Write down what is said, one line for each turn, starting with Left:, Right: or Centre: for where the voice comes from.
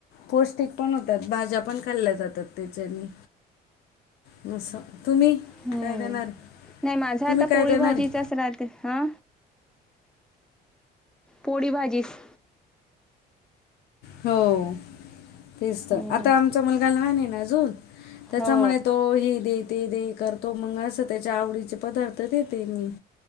Left: पौष्टिक पण होतात, भाज्या पण खाल्ल्या जातात त्याच्याने. नसं, तुम्ही
Centre: हं.
Left: काय देणार?
Centre: नाही माझा
Left: तुम्ही
Centre: आता
Left: काय
Centre: पोळी
Left: देणार
Centre: भाजीचाच
Left: आहे
Centre: राहते., हा. पोडी भाजीस
Left: हो तेच तर,
Centre: हं.
Left: आता आमचा मुलगा लहान आहे ना अजून. त्याचामुळे
Centre: हो
Left: तो हे दे ते दे करतो मग, असं त्याच्या आवडीचे पदार्थ देते मी.